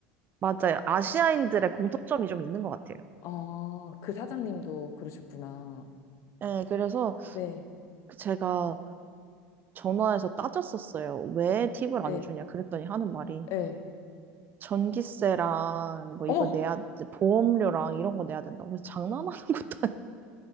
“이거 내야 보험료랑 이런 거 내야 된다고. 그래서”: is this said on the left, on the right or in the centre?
Right